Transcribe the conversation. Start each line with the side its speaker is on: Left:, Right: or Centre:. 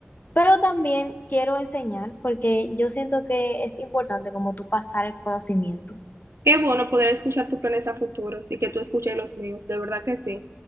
Left: pero también quiero enseñar, porque yo siento que es importante como tú pasar el conocimiento.
Right: Qué bueno poder escuchar tus planes a futuros y que tú escuches los míos. De verdad que sí.